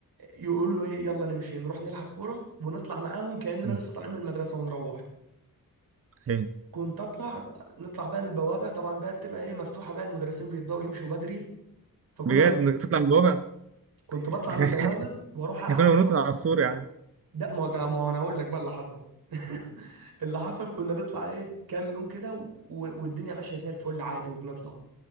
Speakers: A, on the right (about 80°); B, on the right (about 40°).
A: يقولوا ايه يلا نمشي نروح نلعب كوره ونطلع معاهم كاننا
B: مم.
A: لسه طالعين من المدرسه ونروح
B: ايوه
A: كنت اطلع نطلع بقى من البوابه طبعا بقى بتبقى ايه مفتوحه بقى المدرسين بيبداوا يمشوا بدري فكنا
B: بجد انك تطلع من الواقع
A: كنت بطلع
B: <laughs> احنا
A: من البوابه
B: احنا
A: واروح العب
B: كنا بنطلع
A: كره
B: على السور يا عم
A: ده ما هو ده ما هو انا اقول لك بقى اللي حصل <laughs> اللي حصل كنا نطلع ايه كام يوم كده و... و- والدنيا ماشيه زي الفل عادي وبنطلع